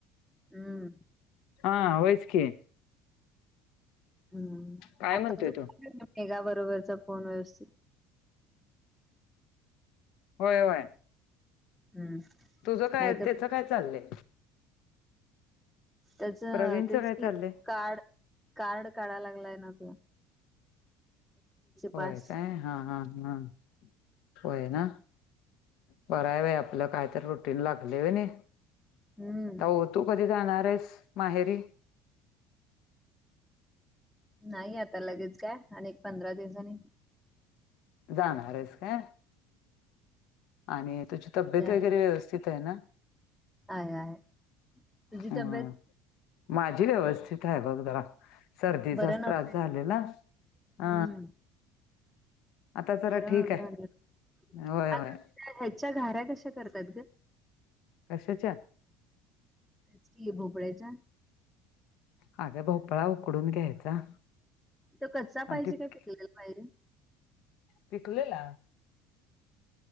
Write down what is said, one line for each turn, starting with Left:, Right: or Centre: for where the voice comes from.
Centre: हम्म
Left: हा व्हयचकी.
Centre: हम्म
Left: काय
Centre: आताच
Left: म्हणतोय तू
Centre: मेगा बरोबरचा फोन व्यवस्थित
Left: होय होय.
Centre: हम्म
Left: तुझं काय
Centre: नाहीतर
Left: त्याचं काय चाललंय
Centre: त्याच
Left: प्रवीणचं
Centre: तेच
Left: काय
Centre: कि
Left: चाललंय
Centre: कार्ड कार्ड काढाय लागलाय ना तर
Left: होय
Centre: पास
Left: काय हा हा हा होय ना बरं आहे बाई आपलं कायत रुटीन लागले आहे नाही
Centre: हम्म
Left: तर हो तू कधी जाणार आहेस माहेरी
Centre: नाही आता लगेच काय अनेक पंधरा दिवसाांनी
Left: जाणारच का आणि तुझी तब्येत
Centre: त्या
Left: वगैरे व्यवस्थित शीत आहे ना
Centre: आहे आहे. तुझी
Left: हम
Centre: तब्येत
Left: माझी व्यवस्थित आहे बघ जरा सर्दीचाच
Centre: बरं नव्हती
Left: त्रास झाले ना
Centre: हम्म
Left: ह आता तर
Centre: बरं
Left: ठीक
Centre: नव्हतं
Left: आहे
Centre: म्हटलं.
Left: होय
Centre: आता
Left: होय
Centre: ह्याच्या घाऱ्या कशा करतात ग
Left: कशाच्या
Centre: तेच कि आहे भोपळ्याच्या
Left: हाग भोपळा उकडून घ्यायचा
Centre: तर कच्चा
Left: आणि
Centre: पाहिजे
Left: ते
Centre: काय पिकलेला पाहिजे
Left: पिकलेला